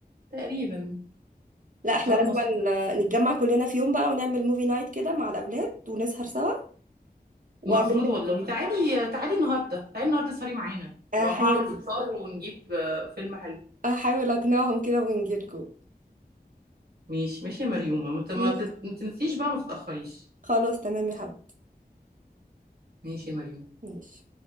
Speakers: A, on the right; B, on the right.
A: تقريبا
B: لا احنا
A: سعاد
B: لازم
A: نصر
B: ن- نتجمع كلنا في يوم بقى ونعمل موفي نايت كده مع الاولاد ونسهر سوا واعمل
A: المفروض
B: لك
A: والله تعالي تعالي النهارده تعالي النهارده سهري معانا
B: هحاول
A: ما هو عامل فطار ونجيب آه، فيلم حلو
B: هحاول اقنعهم كده ونجيلكم
A: ماشي ماشي يا مريومه ما ت- ما
B: ماشي
A: تت- ما تنسيش بقى ما تتاخريش
B: خلاص تمام يا حبيبي
A: ماشي يا مريومه
B: ماشي